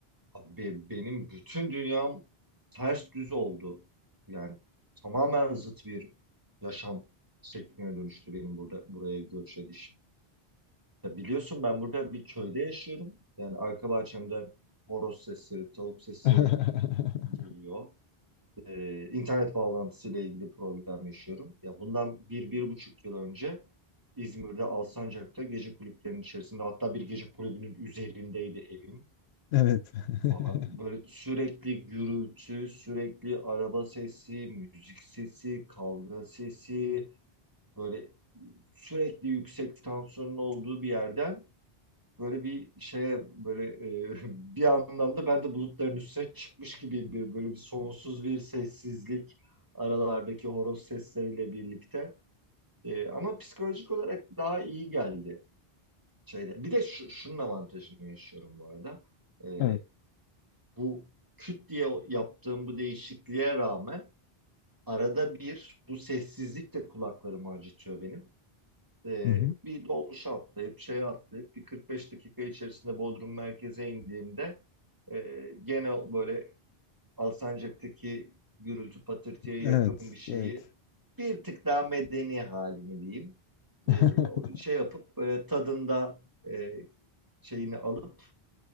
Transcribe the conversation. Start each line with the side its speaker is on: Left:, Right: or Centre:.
Right: Abi benim bütün dünyam ters düz oldu. Yani tamamen zıt bir yaşam şekline dönüştü benim burada buraya göç edişim. Ya biliyorsun ben burada bir köyde yaşıyorum. Yani arka bahçemden horoz sesleri, tavuk sesleri
Left: <laughs>
Right: geliyor. Ee, internet bağlantısıyla ilgili problem yaşıyorum. Ya bundan bir, bir buçuk yıl önce İzmir'de Alsancak'ta gece kulüplerinin içerisinde hatta bir gece kulübünün üzerindeydi evim
Left: Evet. <laughs>
Right: falan. Böyle sürekli gürültü, sürekli araba sesi, müzik sesi, kavga sesi, böyle sürekli yüksek tansiyonun olduğu bir yerden böyle bir şeye böyle e, <laughs> bir anlamda ben de bulutların üstüne çıkmış gibiyim bir böyle bir sonsuz bir sessizlik aralardaki horoz sesleriyle birlikte. E, ama psikolojik olarak daha iyi geldi şeyde. Bir de şu, şunun avantajını yaşıyorum bu arada. E,
Left: Evet.
Right: bu küt diye yaptığım bu değişikliğe rağmen arada bir bu sessizlik de kulaklarımı acıtıyor benim. Ee,
Left: Hı hı.
Right: bir dolmuşa atlayıp şeye atlayıp bir 45 dakika içerisinde Bodrum merkeze indiğimde e, gene böyle Alsancak'taki gürültü patırtıya yakın
Left: Evet.
Right: bir şeyi
Left: Evet.
Right: bir tık daha medeni halini diyeyim. Ee,
Left: <laughs>
Right: şey yapıp böyle tadında e, şeyini alıp